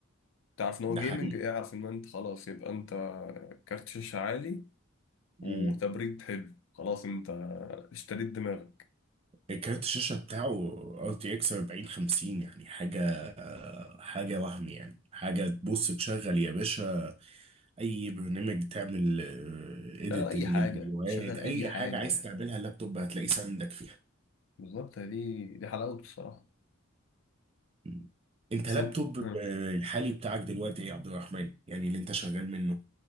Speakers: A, on the left; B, on the right.
A: تعرف ان هو
B: ده
A: جيمنج
B: حقيقي
A: اعرف ان انت خلاص يبقى انت كارت شاشة عالي وتبريد
B: امم
A: حلو خلاص انت اشتريت دماغك
B: الكارت الشاشه بتاعه ار تي اكس 4050 يعني حاجه حاجه وهم يعني حاجه تبص تشغل يا باشا اي برنامج تعمل اديتنج
A: شغل اي حاجة
B: الفيديوهات
A: شغل
B: اي
A: اي حاجة
B: حاجه عايز تعملها اللابتوب هتلاقيه ساندك فيها
A: بالظبط دي دي حلاوته الصراحة
B: مم. انت
A: بس
B: لابتوب
A: انت ها.
B: آه، الحالي بتاعك دلوقتي ايه يا عبد الرحمن يعني اللي انت شغال منه